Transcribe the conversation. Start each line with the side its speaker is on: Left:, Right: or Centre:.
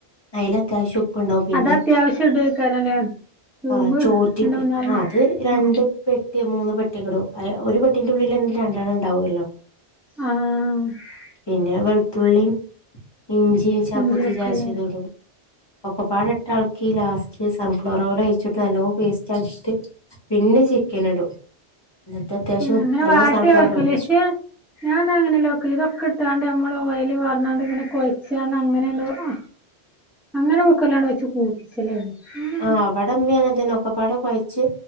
Left: അയിലത്യാവ്ശ്യം ഉപ്പ് ഉണ്ടാവും പിന്നെ
Centre: അത് അത്യാവശ്യം ഇടേക്കാരല്ലേ ട്യൂബ്
Left: ആ ചോറ്റിക്
Centre: രണ്ട് മൂന്നാല്
Left: അത് രണ്ട്
Centre: ഉം
Left: പെട്ടി മൂന്ന് പെട്ടിക്ക്ടും അ ഒരു പെട്ടിന്റെ ഉള്ളിൽ രണ്ടണ്ണം ഉണ്ടാവു അല്ലോ?
Centre: ആഹാ
Left: പിന്നെ വെളുത്തുള്ളിം ഇഞ്ചിം ചാ
Centre: ഇഞ്ചി
Left: കുത്തിചാച്ചത്ടും.
Centre: വെക്കല്ലേ
Left: ഒക്കപാടെ ഇട്ടളക്കി ലാസ്റ്റ് സൺഫ്ലവർ ഓയിൽ ഒഴിച്ചിട്ട് ന്നല്ലോപേസ്റ്റ് ആക്കീട്ട് പിന്നെ ചിക്കന് ഇടും എന്നിട്ട് അത്യാവശ്യം
Centre: ഉം അങ്ങനെ
Left: നല്ലോണം
Centre: വാട്ടിയ
Left: സൺഫ്ലവർ
Centre: വെക്കല്
Left: ഓയിച
Centre: പക്ഷെ ഞാൻന്നാ അങ്ങനെല്ല വെക്കല് ഇതൊക്കെ ട് ത്ത്ങ്ങാണ്ട് നമ്മള് ഓയല് പാർന്നാണ്ട് ഇങ്ങനെ കൊയച്ചാണ്ട് അങ്ങനെണ്ട് അ അങ്ങനെ കുക്കറിലാണ് വെച്ച് കൂ <unintelligible>
Left: ആ അവിട ഉമ്മിയങ്ങനതന്നാ ഒക്കപ്പാടെ കൊയച്ച്